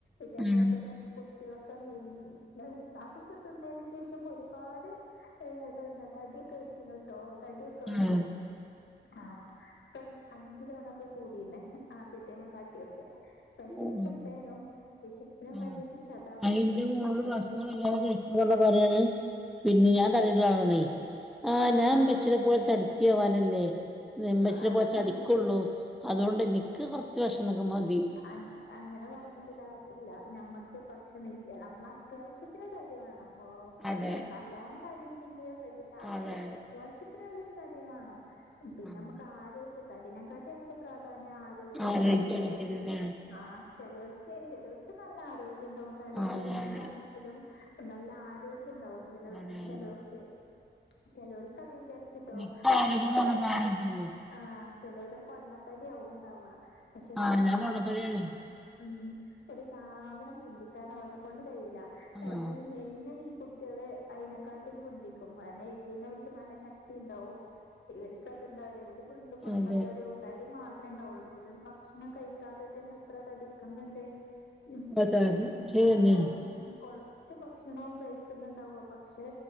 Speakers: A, on the left (about 75°); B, in the centre.
A: ഇതേപോലെ
B: ആഹ്
A: തന്നെ കുട്ടികള ക്കെ മെലിഞ്ഞ് <unintelligible> തിന്നതിന് ശേഷം ഒരുപാട് ഏഹ് തെന്താ തടിയൊക്കെ വെക്ക് ട്ടോ തടിയൊക്കെ
B: ആഹ്
A: വെക്കും ആ ഇപ്പം അഞ്ചു ലോണൊക്കെ കൂടീന്നെ ആദ്യത്തേന കാട്ടിയൊക്കെ വിശപ്പുണ്ടേനും
B: ആഹ്
A: വിശപ്പിന്
B: ആഹ്
A: വേണ്ടിട്ട് ശതാവലി
B: അതിന്റെ
A: ഉപയോഗിക്കി
B: മോള് ഭക്ഷണം
A: അതില്
B: <unintelligible> പറയാണ് പിന്നെ ഞാൻ തടി ഇള്ള ആളാണെ ആ
A: ആഹ്
B: ഞാൻ ഇമ്മച്ചിനെ പോലെ തടി ച്ചി ആവാനല്ലെ
A: ആഹ്
B: ഇമ്മച്ചിനെ പോലെ തടി
A: ആഹ്
B: ക്കൊ ള്ളൂ അതുകൊണ്ട് എനിക്ക് കുറച്ച് ഭക്ഷണമൊക്കെ മതി
A: അ അങ്ങനെ പറഞ്ഞിട്ട് കാ ഇല്ല നമ്മക്ക് ഭക്ഷണം നമ്മള് അത്യാവശ്യത്തിന് തടി വേണം ഓഹ്
B: അതെ
A: ന ല്ലോണം തടിയില്ലെങ്കിലും വേണ്ടില്ല
B: അതെ
A: അത്യാവശ്യത്തിനുള്ള ഒരു തടി വാണം പിന്നെ
B: ആഹ്
A: നമുക്ക് ആരോഗ്യ തടിനെ കാട്ടി നമുക്ക് പ്രാധാന്യം ആരോഗ്യണ്
B: ആരോഗ്യാണ്
A: വേണ്ടിയത്
B: ശരിയാണ്
A: ആഹ് ചെലോൽക്ക് ചെലോൽക്ക് നല്ല ആരോഗ്യം ഉണ്ടാവും തടി
B: അതെ
A: മെലിഞ്ഞിട്ടാണെങ്കിലും
B: അതെ
A: നല്ല ആരോഗ്യം ഉണ്ടാവും ചില
B: അതെ
A: ചിലോർക്ക്
B: അതെ
A: ചെലോൽക്ക് അത് വിചാരിച്ചിട്ടോ
B: നിക്ക്
A: <unintelligible>
B: ആരോഗ്യം എന്ന് പറഞ്ഞ സാധനം ഇണ്ടല്ലോ
A: ആഹ് ചെലോര് പൊണ്ണത്തെടിയാവും ഉണ്ടാവ പക്ഷെ ഒരു
B: ആഹ്
A: സാ
B: ഞാൻ പൊണ്ണത്തടിയാണേ
A: ഉം ഒരു സാധനം പൊന്തിക്കാൻ ഓലെക്കൊണ്ട് കഴിയില്ല <unintelligible>
B: ആഹ്
A: മെലിഞ്ഞ ഈ കുട്ടികള് അയിനക്കാട്ടും പൊന്തിക്കും കാരണം എല്ലിനോൽ ക്ക്‌ നല്ല ശക്തി ക്തി ഉണ്ടാവും ഇവർക്ക്തുണ്ടാവില്ല ഇവര് ഫുള്ളും പൊണ്ണ
B: അതെ
A: തടി ആവും തടി മാത്രമേ ഉണ്ടാവുള്ളൂ ചെലര് ഭക്ഷണം കഴിക്കാതെ തന്നെ എത്ര തടിക്കുന്നുണ്ട് ഉം
B: അതെ അതെ ശരിയെന്നെയാണ്
A: നമ്മള് കൊറച്ച് ഭക്ഷണവും കഴിക്കുന്നുണ്ടാവ അപ്പം പക്ഷെ